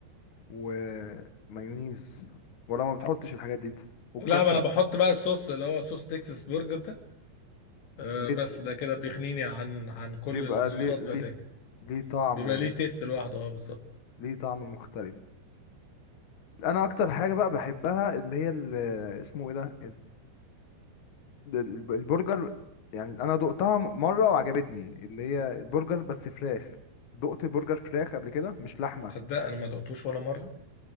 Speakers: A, on the left; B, on the left.
A: ومايونيز ولا ما بتحطش الحاجات دي انت والكاتشب
B: لا ما انا بحط بقى الصوص اللي هو صوص تكساس برجر ده آه
A: بيت...
B: بس ده كده بيغنيني عن عن كل
A: بيبقى
B: الصوصات
A: ليه ليه
B: بقى تاني
A: ليه طعم
B: بيبقى ليه تيست لوحده اه بالظبط
A: ليه طعم مختلف انا اكتر حاجه بقى بحبها اللي هي ال... اسمه ايه ده ده الب- البرجر يعني انا دقتها م- مره وعجبتني اللي هي البرجر بس فراخ دقت برجر فراخ قبل كده مش لحمه
B: تصدق انا ما دقتوش ولا مره